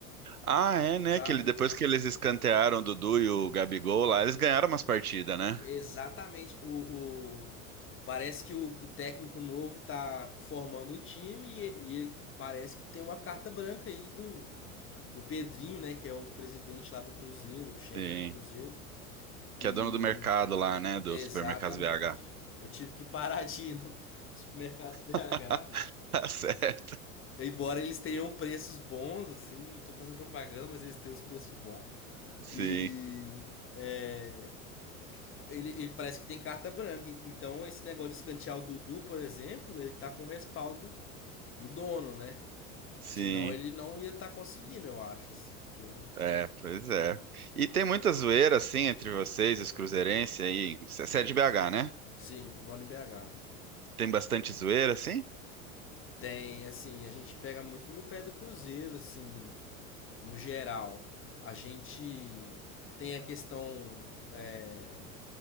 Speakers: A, on the right; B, on the left.
A: Ah, é, né?
B: sabe?
A: Que ele, depois que eles escantearam o Dudu e o Gabigol lá, eles ganharam umas partidas, né?
B: Exatamente. O, o- parece que o, o técnico novo tá formando o time e, e ele parece que tem uma carta branca aí do, do Pedrinho, né? Que é o presidente lá do Cruzeiro, o chefe
A: Sim.
B: do Cruzeiro.
A: Que
B: E.
A: é dono do mercado lá, né? Do
B: Exatamente.
A: Supermercados BH.
B: Eu tive que parar de ir no <laughs> supermercado BH.
A: <laughs> Tá certo.
B: Embora eles tenham preços bons, assim, não tô fazendo propaganda, mas eles têm os preços bons.
A: Sim,
B: E. É, ele, ele parece que tem carta branca. Então esse negócio de escantear o Dudu, por exemplo, ele tá com o respaldo do dono, né?
A: sim.
B: Senão ele não ia estar tá conseguindo, eu acho, assim. Porque um...
A: É, pois é. E tem muita zoeira, assim, entre vocês, os cruzeirenses aí. Você é de BH, né?
B: Sim, moro em BH.
A: Tem bastante zoeira, assim?
B: Tem, assim, a gente pega muito no pé do Cruzeiro, assim, no geral. A gente tem a questão é,